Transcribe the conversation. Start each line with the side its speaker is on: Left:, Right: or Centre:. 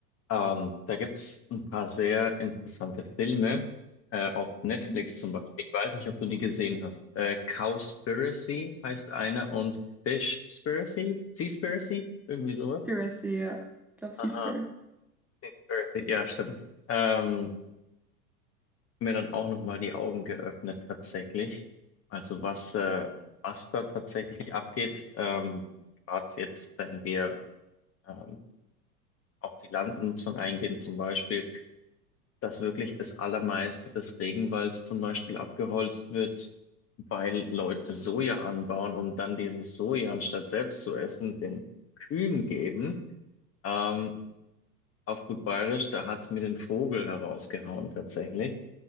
Left: Ähm, da gibt's ein paar sehr interessante Filme äh, auf Netflix
Centre: Mhm.
Left: zum Beispiel. Ich weiß nicht, ob du die gesehen hast. Äh, Cowspiracy heißt einer und Fishspiracy? Seaspiracy? Irgendwie sowas?
Centre: Piracy, ja. Ich glaube, sie
Left: Aha,
Centre: ist first.
Left: Seaspiracy, ja, stimmt. Ähm, mir dann auch nochmal die Augen geöffnet tatsächlich. Also was, äh, was da tatsächlich abgeht, ähm, gerade jetzt, wenn wir ähm, auf die Landnutzung eingehen zum Beispiel, dass wirklich das Allermeiste des Regenwalds zum Beispiel abgeholzt wird, weil Leute Soja anbauen und dann dieses Soja anstatt selbst zu essen, den Kühen geben. Ähm, auf gut Bayerisch, da hat's mir den Vogel herausgehauen tatsächlich.